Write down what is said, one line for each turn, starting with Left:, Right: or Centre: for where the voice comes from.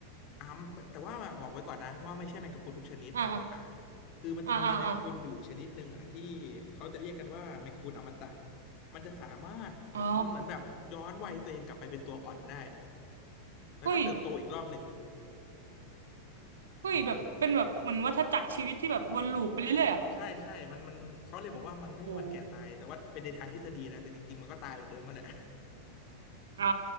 Left: อ่าแต่ว่าบอกไว้ก่อนนะว่าไม่ใช่แมงกะพรุนทุกชนิดอ่า
Right: อ่า
Left: คือมันจะมีแมงกะพรุนอยู่ชนิดหนึ่งอ่ะที่
Right: อ่าอ่าอ่า
Left: เขาจะเรียกกันว่าแมงกะพรุนอมตะมันจะสามารถเหมือนเหมือนแบบย้อนวัยตัวเองกลับไปเป็นตัวอ่อนได้
Right: อ๋อ
Left: แล้วก็เติบโตอีกรอบหนึ่ง
Right: เฮ้ยเฮ้ยแบบเป็นแบบเหมือนวัฏจักรชีวิตที่แบบวนลูปไปเรื่อยๆอ่ะ
Left: อืมใช่ใช่มันมันเขาเลยบอกว่ามันไม่มีวันแก่ตายแต่ว่าเป็นในทางทฤษฎีนะแต่จริงๆมันก็ตายเหมือนเดิมมาแหละ
Right: โอ้อ๋อ